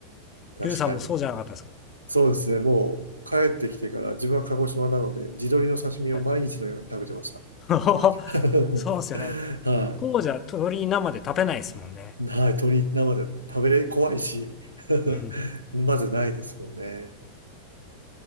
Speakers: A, on the right; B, on the left.
A: 確かに。
B: リュウさんもそうじゃなかったですか
A: そうですね。もう帰ってきてから自分は鹿児島なので、地鶏の刺身を毎日のように食べてました。
B: はい。<laughs>
A: <laughs> は
B: そうですよね。
A: い。はい。
B: 向こうじゃ鶏生で食べないですもんね。
A: 鶏生で食べれ、怖いし。<laughs>
B: うん。
A: まずないですもんね。